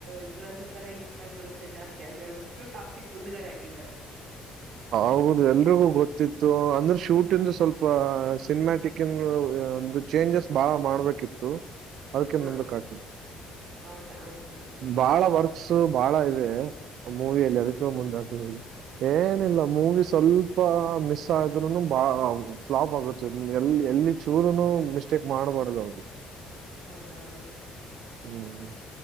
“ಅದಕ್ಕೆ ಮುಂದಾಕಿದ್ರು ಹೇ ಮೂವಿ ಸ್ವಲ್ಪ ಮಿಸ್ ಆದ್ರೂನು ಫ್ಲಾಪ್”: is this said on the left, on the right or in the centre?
Right